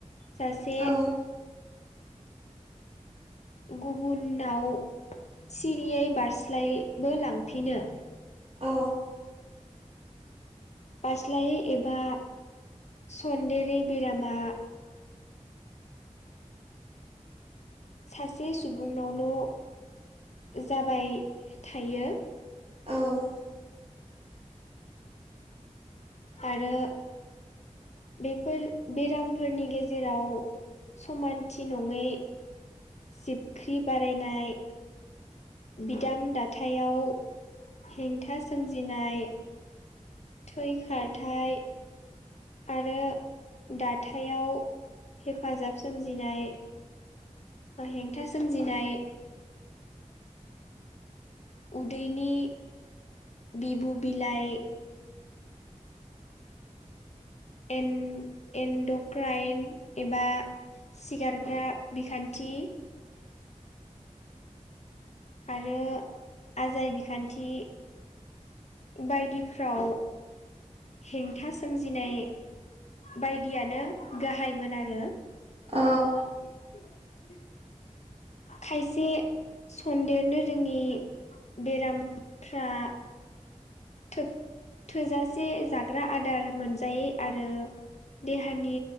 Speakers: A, on the left (about 60°); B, on the right (about 45°).
A: जासे
B: औ
A: गुबुननाव सिरियै बारस्लायबो लांफिनो।
B: औ।
A: बास्लायै एबा सन्देरै बेरामा सासे सुबुंनावल' जाबाय थायो।
B: औ
A: आरो बेफोर बेरामफोरनि गेजेराव समानथि नंङै जिबख्रि बारायनाय बिदाम दाथायाव हेंथा सोमजिनाय थै खारथाय आरो दाथायाव हेफाजाब सोमजिनाय बा हेंथा सोमजिनाय उदैनि बिबु बिलाइ एन एन्ड'क्राइन एबा सिगारग्रा बिखान्थि आरो आजाय बिखान्थि बायदिफ्राव हेंथा सोमजिनाय बायदियानो गाहायमोन आरो। <inaudible>
B: औ <inaudible>
A: खायसे सन्देरनो रोङि बेरामफ्रा थोब-थोजासे जाग्रा आदार मोनजायै आरो देहानि